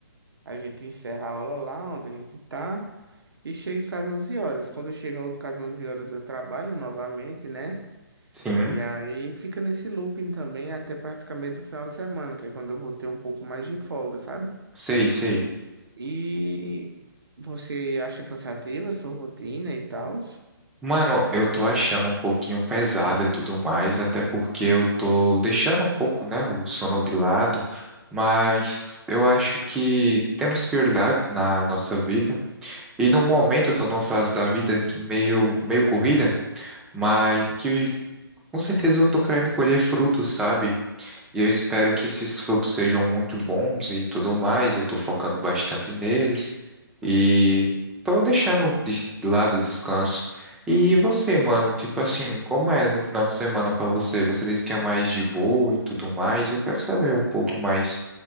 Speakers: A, on the right; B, in the centre.
A: A gente encerra a aula lá onde a gente tá e chega em casa 11 horas. Quando eu chego em casa 11 horas, eu trabalho novamente, né?
B: Sim.
A: E aí fica nesse looping também até praticamente o final de semana, que é quando eu vou ter um pouco mais de folga, sabe?
B: Sei, sei.
A: E você acha cansativa a sua rotina e tal?
B: Mano, eu tô achando um pouquinho pesado e tudo mais, até porque eu tô deixando um pouco, né, o sono de lado, mas eu acho que temos prioridades na nossa vida. E no momento eu tô numa fase da vida que meio, meio corrida, mas que com certeza eu tô querendo colher frutos, sabe? E eu espero que esses frutos sejam muito bons e tudo mais. Eu estou focando bastante neles e estou deixando de lado o descanso. E você, mano, tipo assim, como é no final de semana para você? Você disse que é mais de boa e tudo mais. Eu quero saber um pouco mais